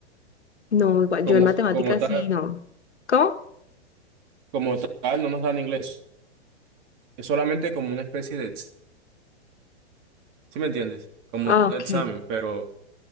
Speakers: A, on the left; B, on the right.
A: no, igual,
B: como,
A: yo en matemáticas
B: como tal.
A: sí, no. ¿Cómo?
B: como tal, no nos dan inglés. Es solamente como una especie de, ex- ¿sí me entiendes? Como
A: Ah,
B: un
A: ok.
B: examen, pero,